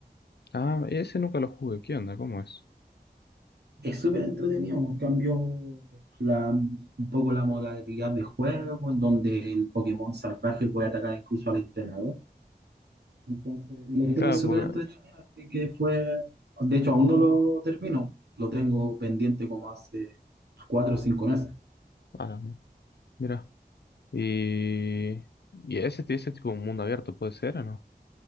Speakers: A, on the left; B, on the right.
A: Ah, ese nunca lo jugué. ¿Qué onda? ¿Cómo es?
B: Es súper entretenido. Cambió la, un poco la modalidad de juego, en donde el Pokémon salvaje puede atacar incluso al entrenador. Entonces, y la historia
A: Claro,
B: es súper
A: porque...
B: entretenida, así que fue, de hecho aún no lo termino, lo tengo pendiente como hace cuatro o cinco meses.
A: Ahora, mira. Y... Y ese, ese tipo de mundo abierto puede ser o no?